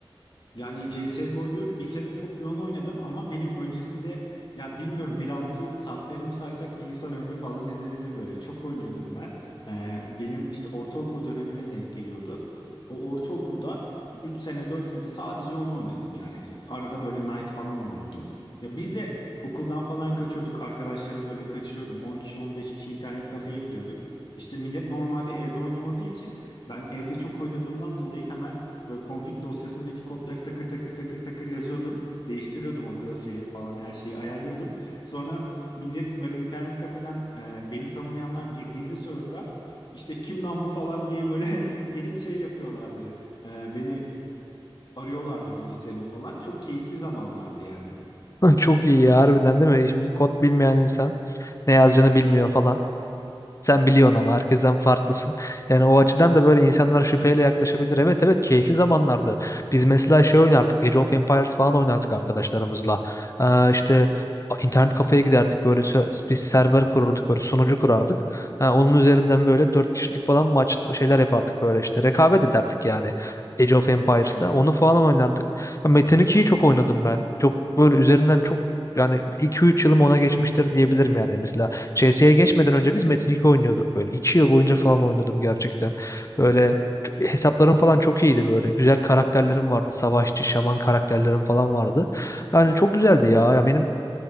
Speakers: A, on the left; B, on the left.
A: Yani CSGO'yu bir sene çok yoğun oynadım ama benim öncesinde ya bilmiyorum bir altı saatlerimi saysak bir insan ömrü falan edebilir böyle. Çok oynuyordum ben. Ee, benim işte ortaokul dönemine denk geliyordu. O ortaokulda 3 sene 4 sene sadece onu oynadım yani. Arada böyle Knight falan oynuyordum. Ya biz de Okuldan falan kaçıyorduk. Arkadaşlara böyle kaçırıyordum. 10 kişi 15 kişi internet kafeye gidiyorduk. İşte millet normalde evde oynamadığı için ben evde çok oynadığımdan dolayı hemen böyle config dosyasındaki kodları takır takır takır takır yazıyordum. Değiştiriyordum o crosshair'ı falan her şeyi ayarlıyordum. Sonra millet böyle internet kafeden e, beni tanımayanlar girdiğinde server'a işte kim lan bu falan diye böyle <laughs> gelip şey yapıyorlardı. E, beni arıyorlardı bilgisayarımı falan. Çok keyifli zamanlardı yani.
B: <laughs> Çok iyi ya harbiden değil mi? Şimdi kod bilmeyen insan ne yazacağını bilmiyor falan. Sen biliyorsun ama herkesten farklısın. Yani o açıdan da böyle insanlar şüpheyle yaklaşabilir. Evet evet keyifli zamanlardı. Biz mesela şey oynardık. Age of Empires falan oynardık arkadaşlarımızla. Ee, işte internet kafeye giderdik. Böyle sö- biz server kururduk. Böyle sunucu kurardık. Ha, onun üzerinden böyle 4 kişilik falan maç şeyler yapardık böyle işte. Rekabet ederdik yani. Age of Empires'ta.
A: Evet.
B: Onu falan oynardık. Ya Metin 2'yi çok oynadım ben. Çok böyle üzerinden çok yani iki üç yılım ona geçmiştir diyebilirim yani. Mesela CS'ye geçmeden önce biz Metin 2 oynuyorduk böyle. 2 yıl boyunca falan oynadım gerçekten. Böyle ç- hesaplarım falan çok iyiydi böyle. Güzel karakterlerim vardı. Savaşçı, şaman karakterlerim falan vardı. Yani çok güzeldi ya. Ya benim